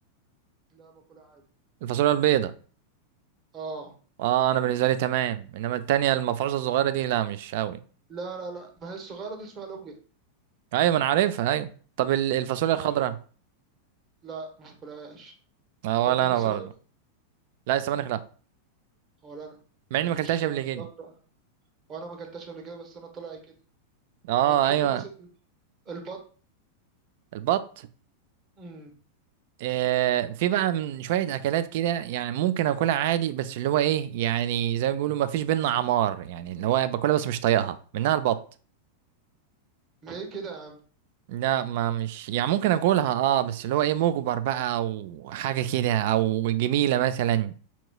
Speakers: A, on the right; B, on the right.
A: لا باكلها عادي
B: الفاصوليا البيضة
A: اه
B: اه انا بالنسبه لي تمام انما التانية المفروسه الصغيره دي لا مش قوي
A: لا لا لا ما هي الصغيره دي اسمها لوبيا
B: ايوه ما انا عارفها ايوه طب ال- الفاصوليا الخضراء
A: انا احب لا ما باكلهاش
B: اه
A: انت
B: ولا
A: بتحب
B: انا
A: السبانخ
B: برضو لا السبانخ لا
A: ولا انا ما
B: مع اني
A: بحبش
B: ما اكلتهاش
A: السبانخ
B: قبل كده
A: بكره وانا ما اكلتهاش قبل كده بس انا طلع كده
B: اه
A: طب بتحب
B: ايوه
A: مثلا البط
B: البط
A: امم
B: آه في بقى من شويه اكلات كده يعني ممكن اكلها عادي بس اللي هو ايه يعني زي ما بيقولوا ما فيش بينا عمار يعني اللي هو باكلها بس مش طايقها منها البط
A: ليه كده يا عم
B: لا ما مش يعني ممكن اكلها اه بس اللي هو ايه مجبر بقى او حاجه كده او جميله مثلا